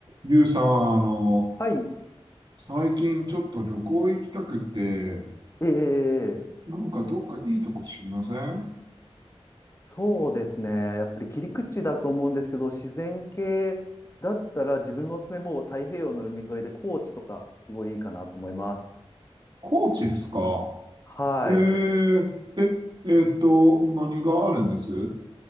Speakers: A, on the right (about 45°); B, on the left (about 25°).
A: リュウさん、あの、
B: はい、
A: 最近ちょっと旅行行きたくて、
B: ええ
A: なんかどっかいいとこ知りません
B: そうですね。やっぱり切り口だと思うんですけど、自然系だったら自分のおすすめもう太平洋の海沿いで高知とかすごいいいかなと思います。
A: 高知っすか
B: はい。
A: えー、え、えーっと、何があるんですはい、